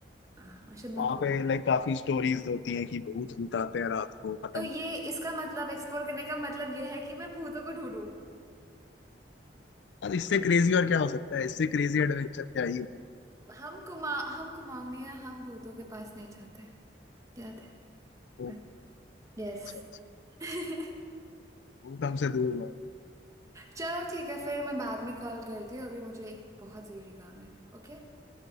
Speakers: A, on the right; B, on the left.
A: हाँ शिमला
B: वहाँ
A: कूल
B: पे लाइक काफी स्टोरीज होती हैं कि भूत भूत आते हैं रात को पता
A: तो
B: नहीं
A: ये
B: क्या
A: इसका मतलब एक्सप्लोर करने का मतलब ये है कि मैं भूतों को ढूंढूं
B: और इससे क्रेजी और क्या हो सकता है इससे क्रेजी एडवेंचर क्या ही हो
A: हम कुमा हम कुमाऊनी हैं हम भूतों के पास नहीं जाते याद है
B: ओ,
A: यस
B: अच्छा,
A: <laughs>
B: भूत हमसे दूर रहो
A: चलो ठीक है फिर मैं बाद में कॉल करती हूँ अभी मुझे एक बहुत ज़रूरी काम है Okay